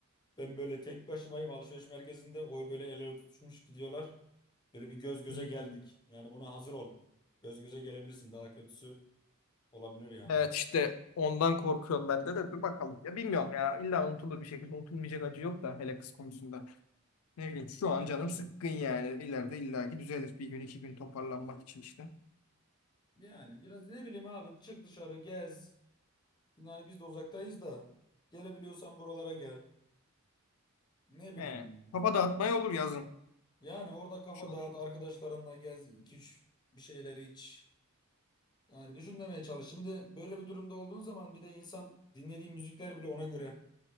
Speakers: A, on the left; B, on the left.
A: Ben böyle tek başımayım alışveriş merkezinde o böyle el ele tutuşmuş gidiyorlar. Böyle bir göz göze
B: Hmm.
A: geldik yani buna hazır ol. Göz göze gelebilirsin daha kötüsü olabilir yani.
B: Evet işte ondan korkuyorum ben de de dur bakalım. Ya bilmiyorum ya illa unutulur bir şekilde unutulmayacak acı yok da hele kız konusunda. Ne bileyim şu
A: Yani
B: an canım
A: tabii.
B: sıkkın yani ileride illaki düzelir bir gün iki gün toparlanmak için işte.
A: Yani biraz ne bileyim abi çık dışarı gez. Yani biz de uzaktayız da gelebiliyorsan buralara gel. Ne bileyim
B: He.
A: yani
B: Kafa dağıtmaya olur yazın.
A: Yani orada kafa
B: Şu
A: dağıt, arkadaşlarınla gez, 2-3 bir şeyler iç. Yani düşünmemeye çalış. Şimdi böyle bir durumda olduğun zaman bir de insan dinlediği müzikler bile ona göre